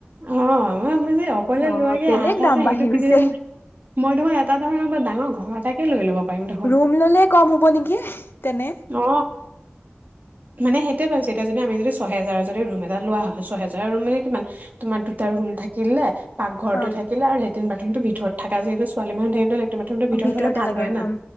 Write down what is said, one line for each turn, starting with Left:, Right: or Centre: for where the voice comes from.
Right: অ', মই, মই যে, অকলে
Left: বা
Right: লোৱাকে,
Left: বেলেগ
Right: আঠ হাজাৰ।
Left: দাম বাঢ়ি
Right: সেইটো পিছতে,
Left: গৈছে
Right: মই, মই, ধৰক এটা -এটা ধৰক, এনেকুৱা ডাঙৰ ঘৰ এটাকে লৈ ল'ব, পাৰিম দেখোন
Left: ৰুম ল'লে কম হ'ব নেকি? তেনে,
Right: অ মানে সেইটোৱে ভাবিছোঁ এতিয়া যদি আমি যদি ছহেজাৰ যদি ৰুম এটা লোৱা হয় ছহেজাৰৰ ৰুম মানে কিমান, তোমাৰ দুটা ৰুম থাকিলে, পাক ঘৰটো
Left: অ
Right: থাকিলে, লেট্ৰিন -বাথৰুমটো ভিতৰ, ঘৰত থকা যিহেতু ছোৱালী মানুহ থাকিলে লেট্ৰি, লেট্ৰিন -বাথৰুমটো ভিতৰত
Left: ভিতৰতে
Right: হলে ভাল
Left: লাগে
Right: হয় না',
Left: উম